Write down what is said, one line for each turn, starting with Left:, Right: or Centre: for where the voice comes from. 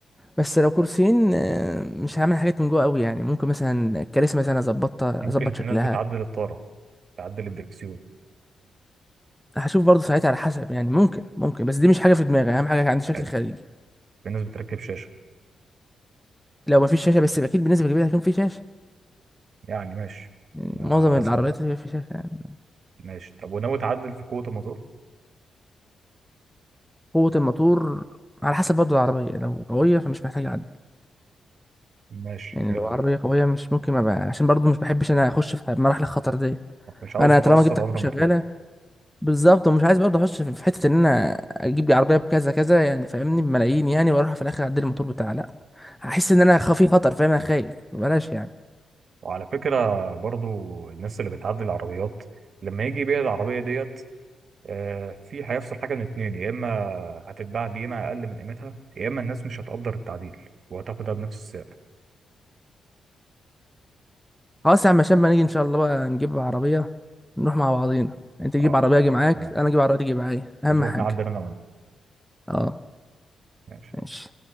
Centre: بس لو كرسيين آه، مش هعمل حاجات من جوه قوي يعني ممكن مثلا الكراسي مثلا اظبطها
Right: ممكن
Centre: اظبط
Right: في
Centre: شكلها
Right: ناس بتعدل الطارة تعدل الدركسيون
Centre: هشوف برضه ساعتها على حسب يعني ممكن ممكن بس دي مش حاجه في دماغي اهم حاجه عندي شكل
Right: حلو
Centre: خارجي
Right: في ناس بتركب شاشة
Centre: لو مفيش شاشه بس اكيد بالنسبه كبيره هيكون في شاشه
Right: يعني ماشي
Centre: يعني
Right: على
Centre: معظم
Right: حسب
Centre: العربيات
Right: بقى
Centre: هيبقى في شاشه يعني
Right: ماشي طب وناوي تعدل في قوة الموتور
Centre: قوه الموتور على حسب برضه العربيه لو قويه فمش محتاج اعدل
Right: ماشي
Centre: يعني
Right: حلوة
Centre: لو العربيه
Right: دي
Centre: قويه مش ممكن ابقى عشان برضه مش بحبش انا اخش في مراحل الخطر دي
Right: طب مش عاوز
Centre: انا
Right: تأثر
Centre: طالما جبت
Right: عمر
Centre: حاجه
Right: الموتور
Centre: شغاله بالظبط ومش عايز برضه اخش في في حته ان انا اجيب لي عربيه بكذا كذا يعني فاهمني بملايين يعني واروح في الاخر اعدل الموتور بتاع لا هحس ان انا خ- في خطر فاهم انا خايف بلاش يعني
Right: وعلى فكرة برضو الناس اللي بتعدل العربيات لما يجي يبيع العربية ديت آه، في هيحصل حاجة من اتنين يا إما هتتباع بقيمة أقل من قيمتها يا إما الناس مش هتقدر التعديل وهتاخدها بنفس السعر
Centre: خلاص يا عم هشام ما نيجي ان شاء الله بقى نجيب عربيه نروح مع بعضينا انت تجيب
Right: اه
Centre: عربيه اجي معاك
Right: تمام
Centre: انا اجيب عربيه تيجي معايا اهم
Right: ونروح
Centre: حاجه
Right: نعدل أنا وأنت
Centre: اه
Right: ماشي
Centre: ماشي